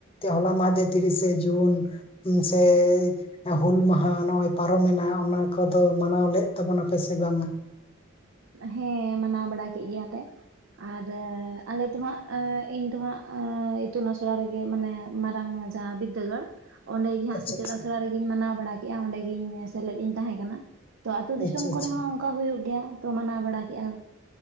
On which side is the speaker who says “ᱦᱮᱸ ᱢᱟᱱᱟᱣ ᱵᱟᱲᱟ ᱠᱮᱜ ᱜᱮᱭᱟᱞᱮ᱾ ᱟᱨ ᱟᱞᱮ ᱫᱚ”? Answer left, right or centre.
Right